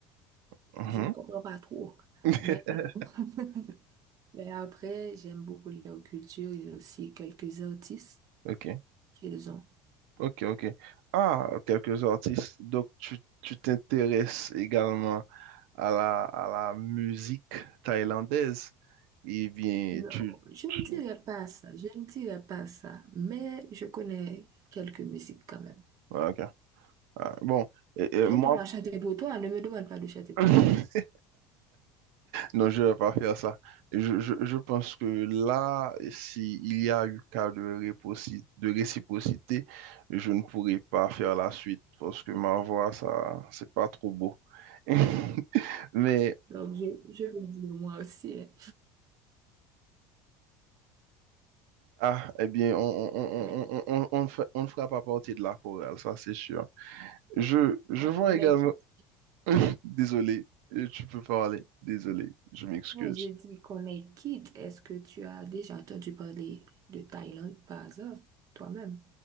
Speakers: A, on the right (about 75°); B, on the right (about 45°).
A: mhm.
B: Je ne comprends pas trop.
A: <laughs>
B: Mais, <laughs> mais après, j'aime beaucoup leur culture et aussi quelques artistes
A: Ok,
B: qu'ils ont.
A: ok, ok. Ah, quelques artistes. Donc, tu tu t'intéresses également à la, à la musique thaïlandaise. Eh bien,
B: Non,
A: tu...
B: je ne
A: tu-
B: dirais pas ça, je ne dirais pas ça, mais je connais quelques musiques quand même.
A: Ah, Ok. Ah, Bon, et- et
B: Je
A: moi...
B: ne vais pas chanter pour toi, ne me demande pas de chanter pour
A: <clears throat>
B: toi.
A: Non, je ne vais pas faire ça. Je, je, je pense que là, s'il y a eu cas de réposi- de réciprocité, je ne pourrai pas faire la suite parce que ma voix, ça, c'est pas trop beau. <laughs> Mais,
B: Donc, je, je veux dire moi aussi, hein.
A: ah, eh bien, on, on, on,
B: mais
A: on, on, on ne fe- on ne fera pas partie de la chorale, ça c'est sûr. Je, je
B: on,
A: vois
B: on
A: également...
B: est quitte.
A: <laughs> Désolé, euh, tu peux parler. Désolé, je m'excuse.
B: Non, j'ai dit qu'on est quitte. Est-ce que tu as déjà entendu parler de Thaïlande par hasard, toi-même?